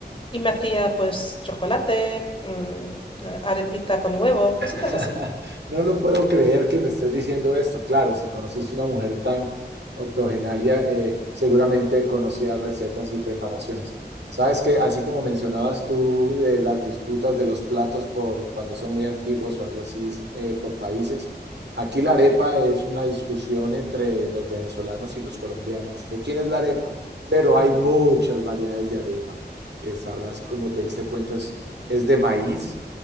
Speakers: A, on the left (about 30°); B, on the right (about 85°).
A: Y me hacía pues chocolate, mm, eh, arepita con huevo, cositas
B: <laughs>
A: así.
B: No lo puedo creer que me estés diciendo esto. Claro, si conociste una mujer tan octogenaria, eh, seguramente conocías recetas y preparaciones. Sabes que así como mencionabas tú eh, las disputas de los platos por cuando son muy antiguos o algo así eh, por países, aquí la arepa es una discusión entre los venezolanos y los colombianos. ¿De quién es la arepa? Pero hay muchas variedades de arepa, que sabrás como te diste cuenta es, es de maíz